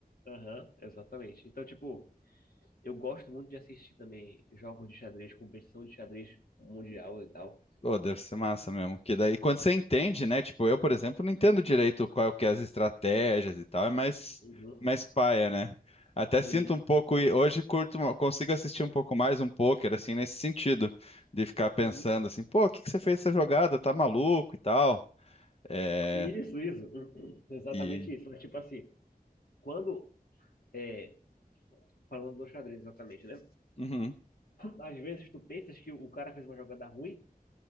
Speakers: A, on the left; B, on the left.
A: Aham, exatamente. Então, tipo, eu gosto muito de assistir também jogos de xadrez, competição de xadrez mundial e tal.
B: Pô, deve ser massa mesmo. Que daí, quando você entende, né? Tipo, eu, por exemplo, não entendo direito qual que é as estratégias e tal, é mais,
A: Uhum.
B: mais paia, né? Até sinto
A: É isso.
B: um pouco, e hoje curto, uma- consigo assistir um pouco mais um poker, assim, nesse sentido, de ficar pensando
A: Uhum.
B: assim, pô, o que que você fez essa jogada? Tá maluco e tal. É,
A: Isso, isso. <clears throat> Uhum. Exatamente
B: e.
A: isso. Mas, tipo assim, quando. É, falando do xadrez, exatamente, né?
B: uhum.
A: Às vezes tu pensas que o cara fez uma jogada ruim.